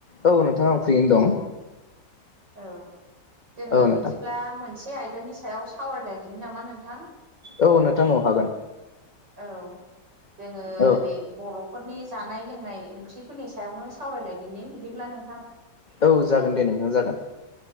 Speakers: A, on the left; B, on the right.
A: औ नोंथां आं फ्रियैनो दं।
B: औ जोङो
A: औ नोंथां
B: बिदिब्ला मोन से आयदानि सायाव सावरायलायदिनि नामा नोंथां?
A: औ नोंथां औ हागोन।
B: औ जोङो
A: औ
B: ओरै बर'फोरनि जानाय लोंनाय ओंख्रि फोरनि सायावनो सावरायलायदिनि बिदिब्ला नोंथां।
A: औ जागोन दे नोंथां जागोन।